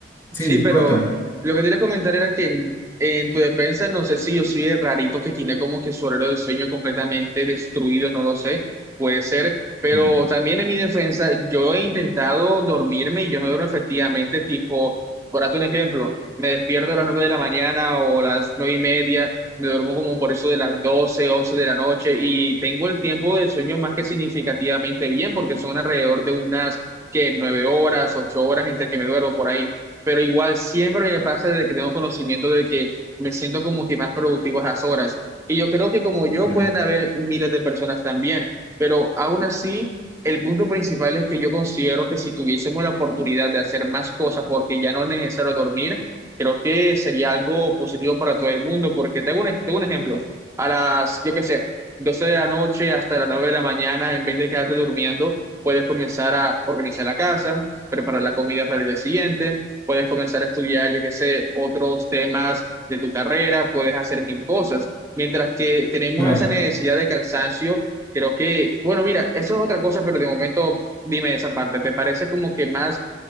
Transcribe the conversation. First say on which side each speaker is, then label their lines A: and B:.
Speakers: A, on the left; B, on the right.
A: Sí,
B: Sí, pero
A: cuéntame.
B: lo que quería comentar era que en, en tu defensa, no sé si yo soy el rarito que tiene como que su horario de sueño completamente destruido, no lo sé, puede ser, pero
A: Ya,
B: también en mi defensa, yo he intentado dormirme y yo me duermo efectivamente, tipo, por darte un ejemplo, me despierto a las nueve de la mañana o las nueve y media, me duermo como por eso de las doce, once de la noche y tengo el tiempo de sueño más que significativamente bien porque son alrededor de unas, que nueve horas, ocho horas entre que me duermo por ahí pero igual siempre me pasa de que tengo conocimiento de que me siento como que más productivo a esas horas. Y yo creo que como yo
A: ya,
B: pueden haber miles de personas también, pero aún así, el punto principal es que yo considero que si tuviésemos la oportunidad de hacer más cosas porque ya no es necesario dormir, creo que sería algo positivo para todo el mundo, porque te hago un, te hago un ejemplo, a las, yo qué sé, 12 de la noche hasta las 9 de la mañana, en vez de quedarte durmiendo, puedes comenzar a organizar la casa, preparar la comida para el día siguiente puedes comenzar a estudiar, yo qué sé, otros temas de tu carrera, puedes hacer mil cosas. Mientras que tenemos
A: Claro.
B: esa necesidad de cansancio, creo que, bueno, mira, eso es otra cosa, pero de momento dime esa parte, ¿te parece como que más